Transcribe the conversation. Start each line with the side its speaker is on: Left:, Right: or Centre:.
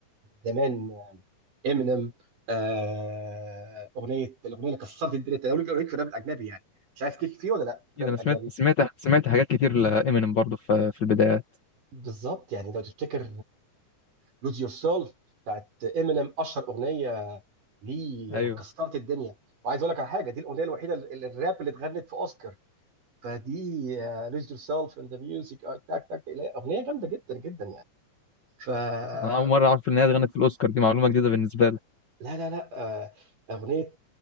Right: زمان امينيم آه اغنيه الاغنيه اللي كسرت الدنيا انت لو ليك لو ليك في الراب الاجنبي يعني مش عارف ليك فيه ولا لا الراب
Left: اكيد انا
Right: الاجنبي
Left: سمعت سمعت سمعت حاجات كتير لامينيم برضه في في البدايات
Right: بالظبط يعني لو تفتكر لوز يور سيلف بتاعت امينيم اشهر اغنيه ليه
Left: ايوه
Right: لو كسرت الدنيا وعايز اقول لك على حاجه دي الاغنيه الوحيده ال- ال- الراب اللي اتغنت في اوسكار فدي لوز يور سيلف اند ذا ميوزك تاك تاك اغنيه جامده جدا جدا يعني ف لا
Left: انا اول مره اعرف ان هي غنت في الاوسكار دي معلومه جديده بالنسبه لي
Right: لا لا آه، اغنيه